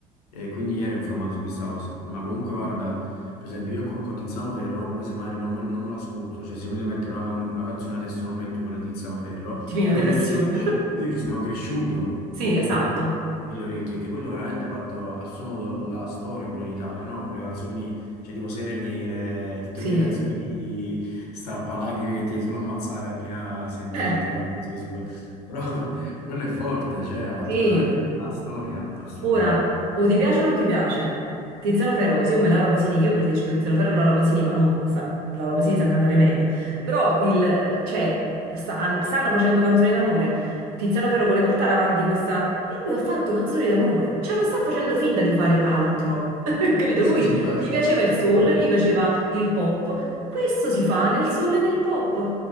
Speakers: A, on the left; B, on the right.
A: e quindi ero informato su questa cosa. Ma comunque, guarda, per esempio, io con, con Tiziano Ferro, ma pure se magari non me, non me l'ascolto, cioè se mi devo mettere una, una canzone adesso non metto quella di Tiziano Ferro,
B: Ti viene
A: però
B: la depressione.
A: io, ci
B: <laughs>
A: io ci sono cresciuto
B: Sì,
A: con,
B: esatto.
A: con quello nelle orecchie, che quello veramente ha fatto a suo modo la storia pure in Italia, no? Con quelle canzoni cioè, tipo Sere Nere, tutte
B: Sì,
A: quelle canzoni di strappalacrime che ti riescono a ammazzare appena senti
B: Eh,
A: 3-4 mezzo di sua. Però <laughs> quello è forte, cioè, ha fatto
B: sì.
A: veramente la storia a suo
B: Ora,
A: modo.
B: o ti piace o non ti piace. Tiziano Ferro, così come Laura Pasini, io preferisco Tiziano Ferro e Laura Pasini, ma non sa, Laura Pasini sa cantare meglio. Però il, cioè, sta- han- stanno facendo canzoni d'amore. Tiziano Ferro vuole portare avanti questa... E lui ha fatto canzoni d'amore. Cioè, non sta facendo finta di fare altro. <laughs> Capito?
A: Sì,
B: Lui
A: sì, sono da-
B: gli piaceva
A: sono
B: il soul,
A: d'accordo.
B: gli piaceva il pop. Questo si fa nel soul e nel pop.